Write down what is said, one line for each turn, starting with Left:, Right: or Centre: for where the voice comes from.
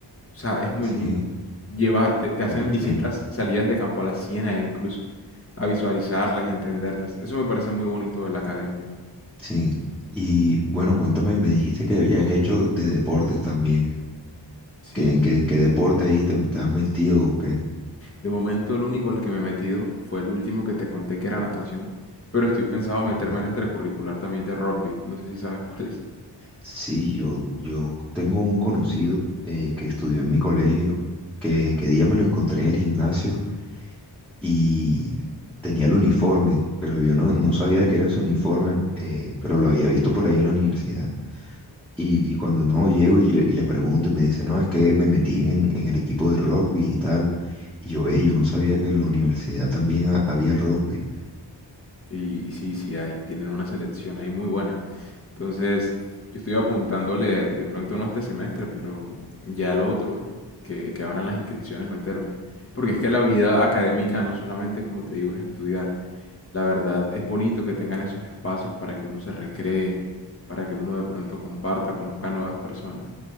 Left: sea, es muy
Centre: Sí,
Left: lindo. Lleva, te, te hacen
Centre: como que chévere.
Left: visitas, salidas de campo a la ciénaga incluso, a visualizarlas y a entenderlas. Eso me parece muy bonito de la academia.
Centre: Sí. Y bueno, cuéntame, me dijiste que habías hecho de deportes también.
Left: Sí,
Centre: que en qué, en qué deporte ahí te, te has metido o qué?
Left: de momento el único al que me he metido fue el último que te conté que era natación, pero estoy pensado meterme
Centre: Ujú.
Left: al extracurricular también de rugby, no sé si sabes cuál es.
Centre: Sí, yo, yo tengo un conocido eh, que estudió en mi colegio, que, que día me lo encontré en el gimnasio y tenía el uniforme, pero yo no, no sabía de qué era ese uniforme, eh, pero lo había visto por ahí en la universidad. Y, y cuando no llego y le, y le pregunto y me dice, no, es que me metí en, en el equipo de rugby y tal. Y yo, ve, yo no sabía que en la universidad también ha- había rugby.
Left: Y, y sí, sí hay, tienen una selección ahí muy buena. Entonces, yo estoy apuntándole, de pronto no este semestre, pero ya el otro, que, que abran las inscripciones, meterme. Porque es que la vida académica no solamente, como te digo, es estudiar. La verdad, es bonito que tengan esos espacios para que uno se recree, para que uno de pronto comparta, conozca nuevas personas.